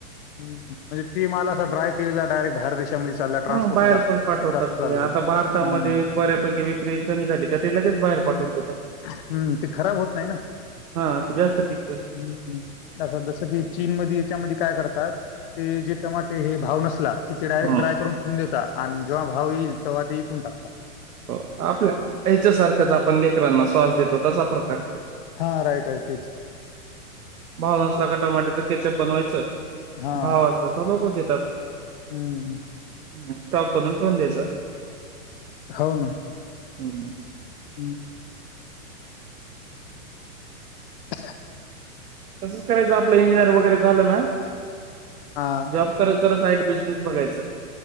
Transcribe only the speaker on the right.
हा बाहेर
पण पाठवतात.
ते आता
भारतामध्ये
बऱ्यापैकी कमी झाली का त्यालाच बाहेर पाठवून देतात.
हा ते जास्त टिकत
हम्म
हो, आपल्या ह्याच्यासारखंच. आपण लेकरांना श्वास देतो, तसा प्रकार.
भाव नसला का टमॅट्याच केचप बनवायचं.
भाव असलं तर लोकं घेतात.
आणि स्टॉक बनून ठेऊन द्यायचं.
हम्म.
तसंच करायचं आपलं, इंजिनिअर वगैरे झालं ना,
जॉब करत-करत साईट बिझनेस बघायचं.